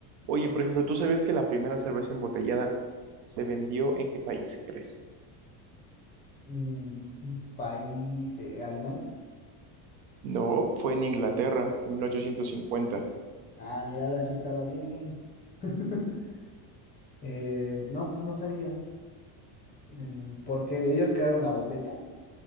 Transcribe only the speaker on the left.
Mm, país, eh, Alemania.
Ah, mira, ahora sí estaba bien. <laughs> Eh, no, pues no sabía. Mm, Porque ellos crearon la botella,